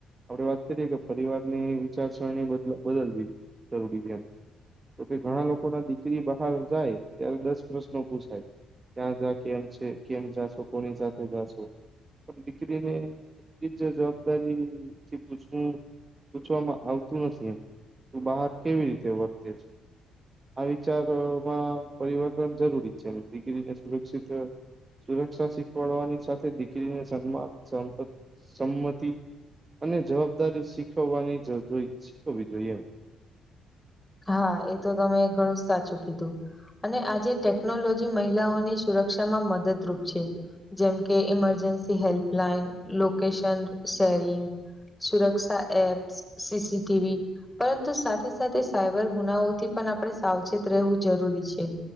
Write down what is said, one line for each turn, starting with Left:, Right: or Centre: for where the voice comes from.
Right: આપડે વાત કરીએ કે પરિવારની વિચારસરણી બદલવી જરૂરી છે એમ તો કે ઘણા લોકો ના દીકરી બહાર જાય ત્યારે દસ પ્રશ્નો પૂછાય ત્યાં જા કેમ છે કેમ જાશો કોની સાથે જાશો પણ દીકરીને એટલી જ જવાબદારી થી પૂછવું પૂછવામાં આવતું નથી એમ તું બહાર કેવી રીતે વર્તે છે. આ વિચારમાં પરિવર્તન જરૂરી છે દીકરીને સુરક્ષિત સુરક્ષા શીખવાડવાની સાથે દીકરીને સન્માન સંમતિ અને જવાબદારી શીખવવાની જરૂર જ હોવી જોઈએ એમ
Centre: હા એ તો તમે ઘણું જ સાચું કીધું અને આજે ટેકનોલોજી મહિલાઓની સુરક્ષામાં મદદરૂપ છે. જેમકે ઇમરજન્સી હેલ્પલાઇન લોકેશન શેરિંગ સુરક્ષા એપ્સ, સીસીટીવી પરંતુ સાથે સાથે સાયબર ગુનાઓથી પણ આપણે સાવચેત રહેવું જરૂરી છે.